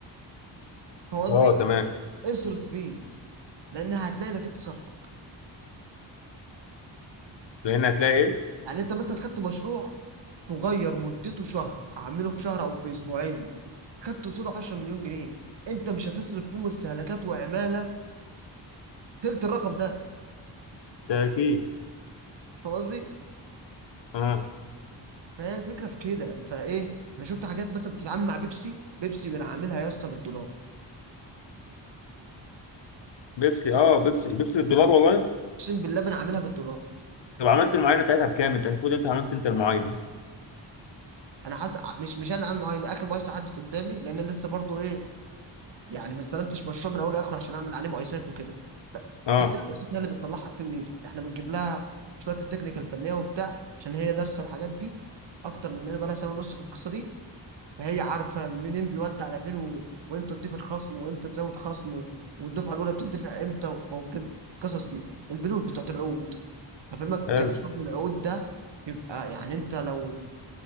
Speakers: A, on the right (about 70°); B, on the left (about 70°).
A: فاهم قصدي؟
B: اه تمام
A: اصرف فيه لان هتلاقي نتيجة صرفك
B: هنا هتلاقي ايه
A: يعني انت مثلا خدت مشروع صغير مدته شهر اعمله في شهر او في اسبوعين خدت قصاده 10 مليون جنيه انت مش هتصرف فيه مستهلكات وعماله تلت الرقم ده
B: تأكيد
A: فاهم قصدي؟
B: اه
A: فهي الفكره في كده فايه انا شفت حاجات مثلا بتتعامل مع بيبسي بيبسي بنعملها يا اسطى بالدولار
B: بيبسي اه بيبسي بيبسي بالدولار والله
A: اقسم بالله بنعملها بالدولار
B: طب عملت المعاينه بتاعتها بكام انت المفروض انت عملت انت المعاينه
A: انا حاسس مش مش انا عامل اخر مؤسسه عدت قدامي لان أنا لسه برضو ايه يعني ما استلمتش مشروع من اول لاخر عشان اعمل عليه مقايسات وكده ف-
B: اه
A: كده كده المقايسات هي اللي بتطلعها التيم ليد احنا بنجيب لها شويه التكنيكال الفنيه وبتاع عشان هي دارسه الحاجات دي اكتر مننا بقى لها سنه ونص في القصه دي فهي عارفه منين بيودي على فين و... وامتى تضيف الخصم وامتى تزود خصم و... والدفعه الاولى بتدفع امتى و- وممكن القصص دي البنود بتاعت العقود هفهمك
B: حلو
A: حجم العقود ده يبقى يعني انت لو